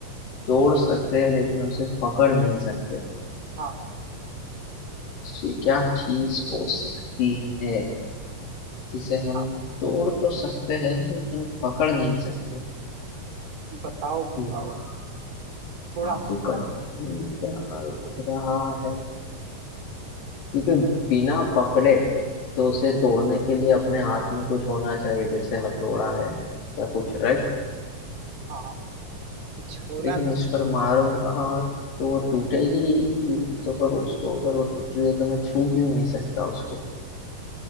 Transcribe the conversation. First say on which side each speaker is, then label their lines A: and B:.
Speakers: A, on the left; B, on the right.
A: तोड़ सकते हैं लेकिन उसे पकड़ नहीं सकते
B: हाँ
A: ऐसी क्या चीज हो सकती है जिसे हम
B: हाँ
A: तोड़ तो सकते हैं लेकिन पकड़ नहीं सकते
B: बताओ बताओ
A: यार
B: थोड़ा
A: काफी
B: hard-
A: कंफ्यूज सा लग रहा है क्योंकि बिना पकड़े तो उसे तोड़ने के लिए अपने हाथ में कुछ होना चाहिए जैसे हथौड़ा है या कुछ राइट
B: हाँ कुछ होना
A: लेकिन
B: तो
A: उस पर मारूंगा तो वो टूटेगी तो पर उसको ऊपर वो टूट रही है तो मैं छू क्यों नहीं सकता उसको